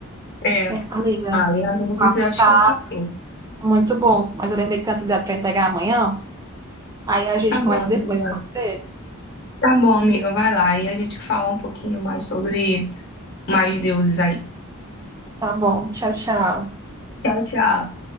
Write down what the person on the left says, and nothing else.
é.
Aí Anubis
eu acho
que é um cachorro.
Tá
bom, amiga.
Tá bom, amiga. Vai lá. E a gente fala um pouquinho mais sobre mais deuses aí.
Tchau, tchau.